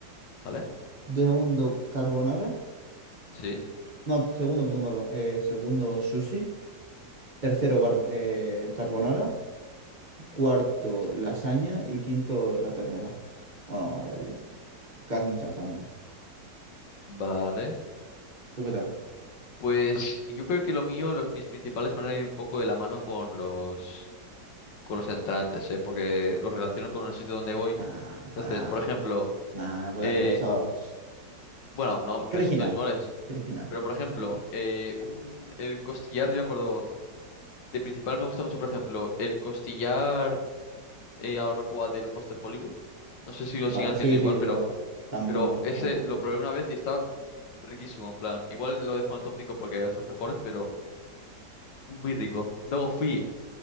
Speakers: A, on the left; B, on the right.
A: ¿vale?
B: segundo carbonara,
A: Sí,
B: no, segundo, perdón, barba- eh, segundo sushi, tercero bar- eh, carbonara, cuarto
A: sí.
B: lasaña y quinto la ternera. Bueno, el- carne en salsa, vamos.
A: Vale.
B: ¿Tú qué tal?
A: Pues yo creo que lo mío, lo- mis principales van a ir un poco de la mano con los... con los entrantes, ¿eh? Porque los relaciono con el sitio donde voy.
B: Nah,
A: Entonces,
B: pará.
A: por ejemplo,
B: Nah, no voy
A: eh,
B: a hacer eso.
A: bueno, no,
B: Es
A: que
B: original,
A: no son todos iguales,
B: es original.
A: pero por ejemplo,
B: Fíjate.
A: eh, un, el costillar, yo me acuerdo, de principal me gusta mucho, por ejemplo, el costillar eh, a la barbacoa del Foster Hollywood. No sé si lo
B: Vale,
A: siguen haciendo
B: sí,
A: igual,
B: sí, lo-
A: pero,
B: está muy
A: pero
B: bueno,
A: ese
B: está muy bueno
A: lo probé
B: eso.
A: una vez y está riquísimo, en plan. Igual lo dejo en el top 5 porque hay otros mejores, pero muy rico. Luego fui